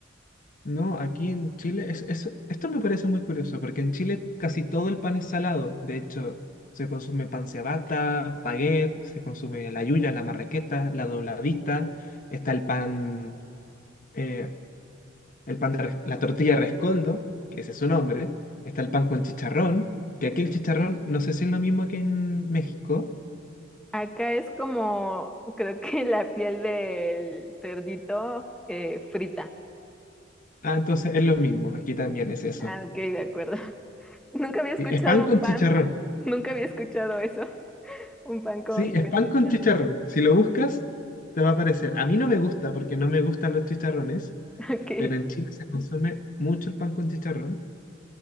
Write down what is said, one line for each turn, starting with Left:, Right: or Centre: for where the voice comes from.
Left: no, aquí en Chile, es, es- esto me parece muy curioso, porque en Chile casi todo el pan es salado. De hecho, se consume pan ciabatta, baguette, se consume la yuya, la marraqueta, la dobladita, está el pan. eh, el pan de, res- la tortilla de rescoldo, que ese es su nombre, está el pan con chicharrón, que aquí el chicharrón no sé si es lo mismo que en México.
Centre: Acá es como, creo que la piel del cerdito eh, frita.
Left: Ah, entonces es lo mismo, aquí también es eso.
Centre: Ah, ok, de acuerdo. <laughs> Nunca había escuchado
Left: Sí, es pan con
Centre: un pan,
Left: chicharrón.
Centre: nunca había escuchado eso, un pan con,
Left: Sí,
Centre: con
Left: es pan
Centre: chicharrón.
Left: con chicharrón. Si lo buscas, te va a aparecer. A mí no me gusta porque no me gustan los chicharrones,
Centre: <laughs> Ok,
Left: pero en Chile se consume mucho el pan con chicharrón.